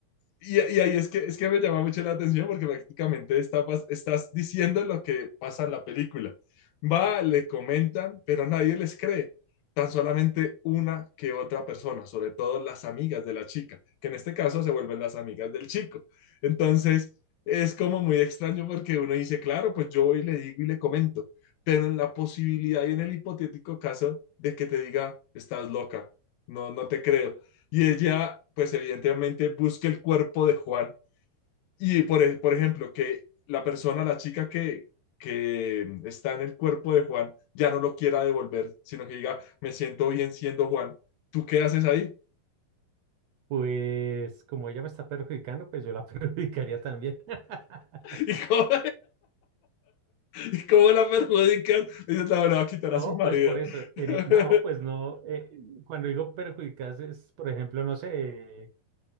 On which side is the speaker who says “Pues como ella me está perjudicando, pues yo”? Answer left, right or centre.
Right